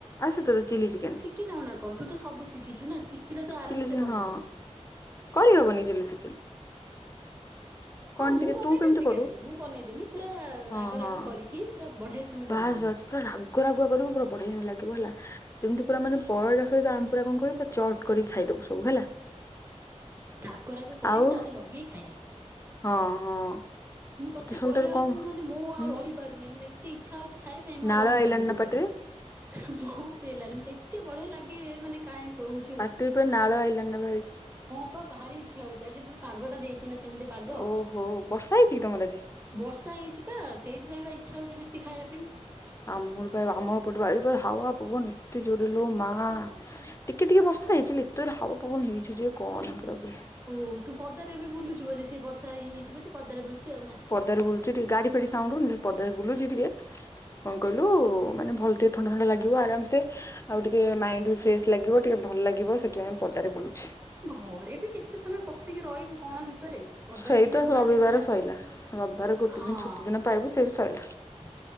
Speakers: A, on the left (about 25°); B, on the right (about 20°).
A: ଆସେ ତୋତେ ଚିଲି ଚିକେନ?
B: ଶିଖି ନାଁ ନା କଣ ତୁ ତ ସବୁ ଶିଖିଛୁ ନା ଶିଖିଲେ ତ
A: ଚିଲି
B: ଆରାମସେ
A: ଚି
B: ବନେଇଦବୁ।
A: ହଁ କରିହବନି ଚିଲି ଚିକେନ? କଣ
B: ହଁ ମୁଁ
A: ଟିକେ
B: ବନେଇ
A: ତୁ କେମିତି
B: ଦେେମିନି
A: କରୁ
B: କାହିଁକି ମୁଁ ବନେଇଦେବି ପୁରା
A: ହଁ
B: ରାଗ
A: ହଁ
B: ରାଗ କରିକି ପୁରା ବଢିଆ ସେ ମୁଁ
A: ବାସ୍
B: ବନେଇଦେବି।
A: ବାସ୍ ପୁରା ରାଗ ରାଗୁଆ କରିବୁ ପୁରା ପଢେଇ ଲାଗିବ ହେଲା ଯେମିତି ପୁରା ମାନେ ପଳେଇା ସହିତ ଆମେ ପୁରା କଣ କରିବୁ ପୁର କରିକ ଖାଇଦବ ସବୁ ହେଲା।
B: ରାଗରାଗ କରିମି
A: ଆଉ
B: ତାରେ ଲଗେଇି ଖାଇବା।
A: ହଁ ହଁ
B: ମୁଁ ତତେ
A: ସବୁଠାରୁ
B: କହିଲା ବେଳକୁ
A: କଣ
B: ମୁଁ ମାନେ ମୋ
A: ହୁଁ
B: ଆଉ ରହିବି ଁ ମତେ ଏତେ ଇଛା ହଉଛି ଖାଇବା ପାଇଁ ଆଉ
A: ନାଳ
B: ରହିପାରୁନି
A: ଆଇଲାଣି ନା
B: ଟୋଟାଲି
A: ପାଟିରେ
B: ବହୁତ ହେଇଲାଣିତେ ଏତେ ବଢିଆ ଲାଗେ ମାନେ କାଁ କହୁଛୁ।
A: ପାଟିରେ <unintelligible>
B: ଭହାରି ଇଚ୍ଛା ହଉଛି ଆଜି ପୁଣି ପାଗ ଟା ଦେଇଛି ନା ସେମିତି ପାଗ।
A: ଓହୋ ବର୍ଷା ହେଇଛି କି ତମର ଆଜି?
B: ବର୍ଷା ହେଇଛି ବା ସେଇଥିପାଇଁ ବା ଇଚ୍ଛା ହଉଛି ବେଶୀ ଖାଇବା ପାଇଁ।
A: ଆମର ପାଇଁ ଆମ ପ ଏ ହାୱା ପବ ନିଶତି ଜୋରେଲ ମା ହଁ ଟିକେ ଟିକେ ବର୍ଷା ହେଇଛି ଏତେ ହାବ ପବନ ହେଇଛି ଯେ କଣ ପୁରପରେ
B: ଓହ ତୁ ପଦାରେ ବି ବୁଲୁିବ ଯେ ସେଇ ବର୍ଷା ଇ ହେଇଯିବ ତୁ ପଦାରେ ବୁଲଚୁ ଆଉ ନା।
A: ପଦ ବୁଛି ଟିକ ଗାଡି ଫେଡି ସାଉଣ୍ଡୁ ପଦା ବୁଲୁଛି ଟିକେ କଣ କହିଲୁ ମାନେ ଭଲ ଟିକେ ଥଣ୍ଡା ଥଣ୍ଡା ଲାଗିବ ଆରାମ ସେ ଆଉ ଟିକେ ମାଇଣ୍ଡ ବି ଫ୍ରେଶସ ଲାଗିବ ଟିକେ ଭଲ ଲାଗିବ ସେଥିପାଇ ପଦାରେ ବୁଲୁଛି।
B: ଘରେ ବି କେତେ ସମୟ ପଶିକି ରହିବୁ କଣ ବି ରେ ପଦ
A: ସେଇ
B: ଟିକେ
A: ତ
B: ବାହାରିଲେ
A: ରବିବାର
B: ସିନା
A: ସଇଲା ରବିବାର ଗୋଟେ
B: ହଁ।
A: ଦିନ ଛୁଟି ଦିନ ପାଇବୁ ସେ ବି ସଇଲା